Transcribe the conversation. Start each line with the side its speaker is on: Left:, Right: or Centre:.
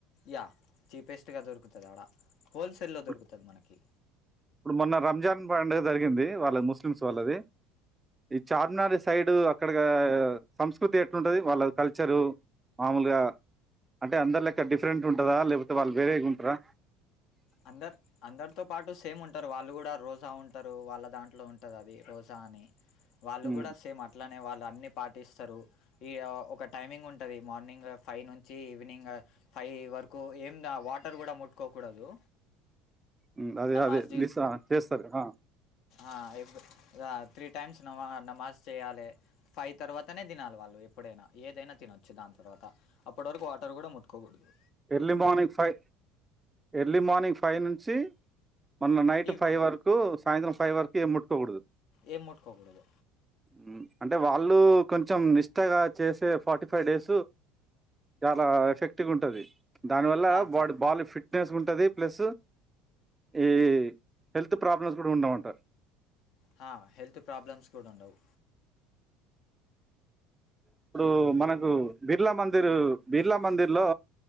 Left: యా చీపెస్ట్గా దొరుకుతది ఆడ. హోల్సేల్లో
Right: ఇప్పుడు-
Left: దొరుకుతది మనకి.
Right: ఇప్పుడు మొన్న రంజాన్ పండుగ జరిగింది వాళ్ళ ముస్లిమ్స్ వాళ్ళది చార్మినార్ సైడ్, అక్కడగా సంస్కృతి ఎట్లుంటది? వాళ్ళ కల్చరు మామూలుగా అంటే, అందరు లెక్క డిఫరెంట్ ఉంటదా? లేకపోతే వాళ్ళు వేరేగుంటరా?
Left: అందర్ అందరితో పాటు సేమ్ ఉంటరు, వాళ్ళు కూడా రోజా ఉంటరు, వాళ్ళ దాంట్లో ఉంటదది రోజా అని. వాళ్ళు
Right: ఉమ్,
Left: కూడా సేమ్ అట్లాన్ అనే వాళ్ళు అన్ని పాటిస్తారు, ఈ ఒక టైమింగ్ ఉంటది, మార్నింగ్ ఫైవ్ నుంచి ఈవినింగ్ ఫైవ్ వరకు ఏం వాటర్ కూడా ముట్టుకోకూడదు.
Right: ఉమ్ అదే
Left: నమాజ్
Right: అదే <unintelligible> చేస్తరు, ఆ
Left: ఆ ఎవర్ ఇగా త్రీ టైమ్స్ నమా నమాజ్ చేయాలే. ఫైవ్ తర్వాతనే తినాలి వాళ్ళు ఎప్పుడైనా, ఏదైనా తినొచ్చు దాని తర్వాత. అప్పటి వరకు వాటర్ కూడా ముట్కోకూడదు.
Right: Early morning five, early morning ఫై ఫైవ్ నుంచి మొన్న నైట్
Left: ఈ
Right: ఫైవ్ వరకు, సాయంత్రం ఫైవ్ వరకు ఏం ముట్ పోకూడదు.
Left: ఏం ముట్టుకోకూడదు.
Right: ఉమ్, అంటే వాళ్ళు కొంచెం నిష్టగా చేసే ఫార్టీ ఫైవ్ డేస్, చాలా ఎఫెక్టివ్ ఉంటది. దాని వల్ల
Left: హా, చా
Right: బాడ్ బాడి ఫిట్నెస్గుంటది. ప్లస్ ఈ హెల్త్ ప్రాబ్లమ్స్ కూడ ఉండవంట.
Left: హా, హెల్త్ ప్రాబ్లమ్స్ కూడ ఉండవు.
Right: ఇప్పుడు మనకు బిర్లా మందిర్, బిర్లా మందిర్ లో